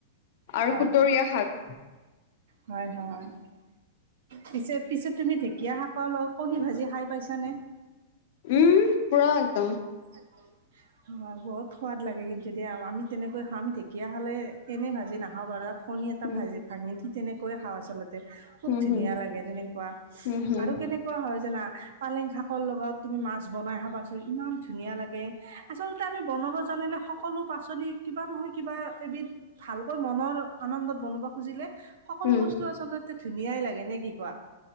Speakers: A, on the left; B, on the right.
A: আৰু
B: হয়,
A: সুতৰীয়া শাক।
B: হয়, হয়, পি পিছেত তুমি ঢেকীয়া শাক কণী ভাজি খাই পাইছানে?
A: উম, পুৰা একদম।
B: <unintelligible> বহুত সোৱাদ লাগে কিন্তুতি আমি তেনেকৈ খাওঁ আ ঢেকীয়া খালে এনে ভাজি নাখাওঁ বাৰু। কণী এটা
A: উম
B: ভাজি ভাঙি ঠিক তেনেকৈয়ে খাওঁ, আচলতে। খুব
A: হম
B: ধুনীয়া
A: হম
B: লাগে তেনেকুৱা
A: হম হম
B: আৰু কেনেকুৱা হয় জানা। পালেং শাকৰ লগত তুমি মাছ বনাই খাবাচোন ইমান ধুনীয়া লাগে, আচলতে আমি বনাব জানিলে সকলো পাচলি কিবা নহয় কিবা এবিধ ভালকৈ মনৰ। আনন্দত বনাব খুজিলে, সকলো
A: উম
B: বস্তু আচলতে ধুনীয়াই লাগে নে কি কোৱা।